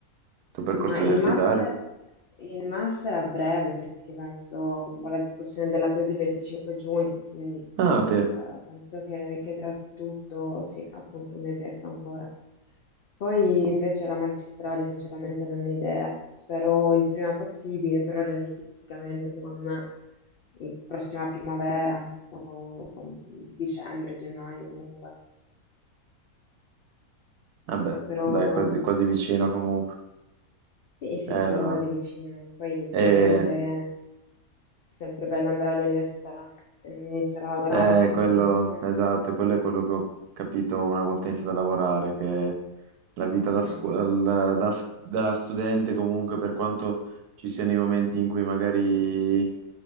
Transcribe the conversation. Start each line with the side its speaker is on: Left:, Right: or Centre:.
Right: tuo percorso
Left: Ma il
Right: universitario?
Left: master, il master a breve, perché penso ho la discussione della tesi il 25 giugno, quindi eh,
Right: Ah, ok.
Left: penso che, che tra tutto, sì, appunto un mesetto ancora. Poi invece la magistrale, sinceramente, non ho idea. Spero il prima possibile, però realisticamente, secondo me, il- prossima primavera o o dicembre, gennaio comunque.
Right: Vabbè,
Left: Però
Right: dai, quasi, quasi vicino
Left: sì,
Right: comunque.
Left: sì, sì,
Right: Eh, no.
Left: sì, quasi vicino. Poi
Right: E
Left: è sempre. sempre bello andare all'università e non iniziare a lavorare,
Right: Eh,
Left: quindi
Right: quello,
Left: eh,
Right: esatto, quello è quello che ho capito una volta iniziato a lavorare, che la vita da,
Left: mm,
Right: scu- al- da s- da studente comunque, per quanto ci siano i momenti in cui magari